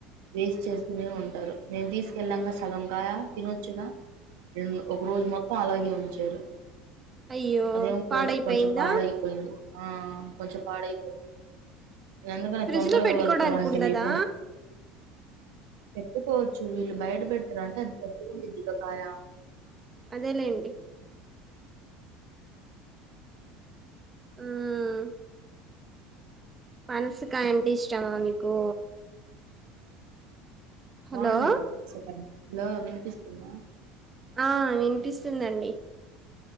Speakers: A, on the right; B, on the right.
A: వేస్ట్ చేస్తూనే ఉంటరు నేను తీసుకెళ్లాంగా సగం కాయా తినొచ్చుగా ఉమ్ ఒక రోజు మొత్తం అలాగే ఉంచారు
B: అయ్యో
A: అదేమో
B: పాడైపోయిందా
A: కొంచెం పాడైపోయింది ఆ కొంచెం పాడై ఇగ అందుకని
B: ఫ్రిడ్జ్
A: తొందరగా
B: లో పెట్టుకోడానికి
A: వాళ్ళకి అలాంటి
B: ఉండదా
A: వివ్వన పెట్టుకోవచ్చు వీళ్ళు బయట పెట్టారు అంటే అది పెద్ద్దగా ఉండిద్దిక కాయం
B: అదేలేండి ఉమ్ మనసుకాయా అంటే ఇష్టమా మీకు హలో
A: బాగుండది పనస్కయా లో వినిపిస్తుంద
B: ఆ వినిపిస్తుందండి